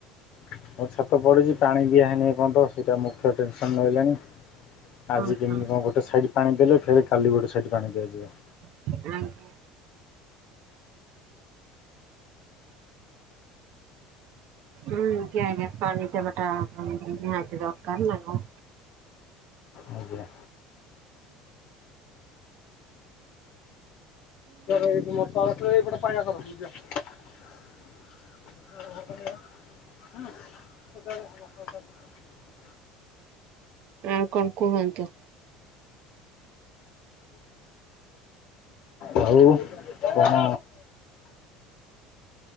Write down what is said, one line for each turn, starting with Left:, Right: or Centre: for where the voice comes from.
Left: ଆଉ ଛାତ ପଡୁଛି ପାଣି ଦିଆ ହେଇନି ଏପନ୍ତ ସେଇଟା ମୁଖ୍ୟ ଟେନସନ ରହିଲାଣି।
Right: ହଁ
Left: ଆଜି କେମିତି
Right: ହଁ
Left: କଣ ଗୋଟେ ସାଇଡ ପାଣି ଦେଲେ ଫେଣେ କାଲି ଗୋଟେ ସାଇଡ ପାଣି ଦିଆଯିବ।
Right: ହୁଁ। ହୁଁ ଆଜ୍ଞା ଆଜ୍ଞା ପାଣି ଦବଟା ନିହାତି ଦରକାର ନା।
Left: ଆଜ୍ଞା। <unintelligible> <unintelligible>
Right: ଆଉ କଣ କୁହନ୍ତୁ।
Left: ଆଉ। କଣ